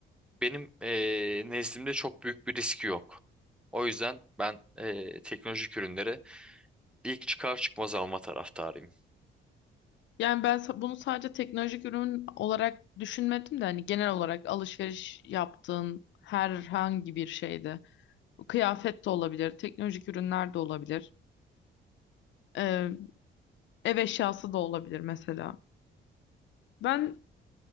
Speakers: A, in the centre; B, on the left (about 70°).
A: benim eee nezdimde çok büyük bir riski yok. O yüzden ben eee, teknolojik ürünleri ilk çıkar çıkmaz alma taraftarıyım.
B: Yani ben sa- bunu sadece teknolojik ürün olarak düşünmedim de hani genel olarak alışveriş yaptığın herhangi bir şeyde. Bu Kıyafet de olabilir, teknolojik ürünler de olabilir. Ee, ev eşyası da olabilir mesela. Ben